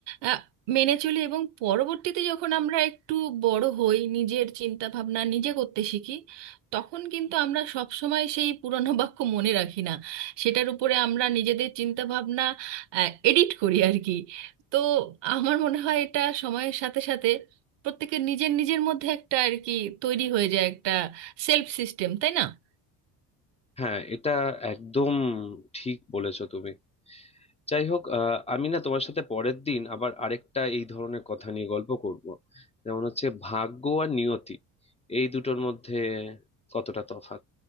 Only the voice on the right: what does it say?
আহ, মেনে চলি এবং পরবর্তীতে যখন আমরা একটু বড় হই নিজের চিন্তা ভাবনা নিজে করতে শিখি তখন কিন্তু আমরা সব সময় সেই পুরনো বাক্য মনে রাখি না সেটার উপরে আমরা নিজেদের চিন্তা ভাবনা এডিট করি আর কি তো আমার মনে হয় এটা সময়ের সাথে সাথে প্রত্যেকের নিজের নিজের মধ্যে একটা আর কি তৈরি হয়ে যায় একটা সেলফ সিস্টেম তাই না